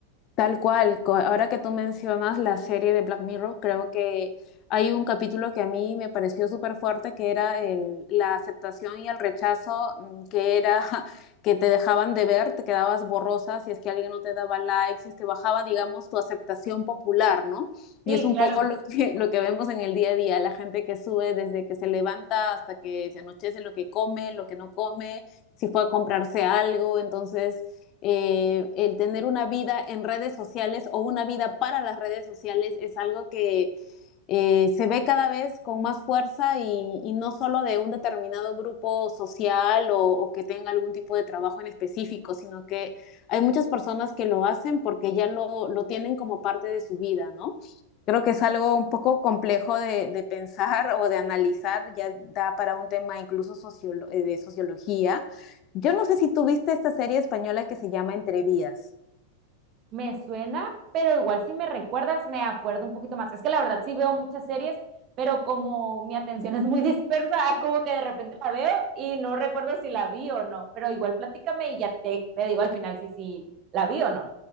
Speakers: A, on the left; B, on the right.
A: Tal cual, co- ahora que tú mencionas la serie de Black Mirror, creo que hay un capítulo que a mí me pareció súper fuerte, que era el, la aceptación y el rechazo, mm, que era <laughs> que te dejaban de ver, te quedabas borrosa si es que alguien no te daba likes, si es que bajaba, digamos, tu aceptación popular, ¿no?
B: Sí,
A: Y es un
B: claro.
A: poco lo que, lo que vemos en el día a día, la gente que sube desde que se levanta hasta que se anochece, lo que come, lo que no come, si fue a comprarse algo, entonces eh, el tener una vida en redes sociales o una vida para las redes sociales es algo que eh, se ve cada vez con más fuerza y, y no solo de un determinado grupo social o, o, que tenga algún tipo de trabajo en específico, sino que hay muchas personas que lo hacen porque ya lo, lo tienen como parte de su vida, ¿no? Creo que es algo un poco complejo de, de pensar o de analizar, ya da para un tema incluso sociolo eh, de sociología, yo no sé si tú viste esta serie española que se llama Entrevías.
B: Me suena, pero igual si me recuerdas, me acuerdo un poquito más. Es que la verdad sí veo muchas series, pero como mi atención <laughs> es muy dispersa, <laughs> como que de repente la veo y no recuerdo si la vi o no. Pero igual platícame y ya te, te digo al final si, si la vi o no.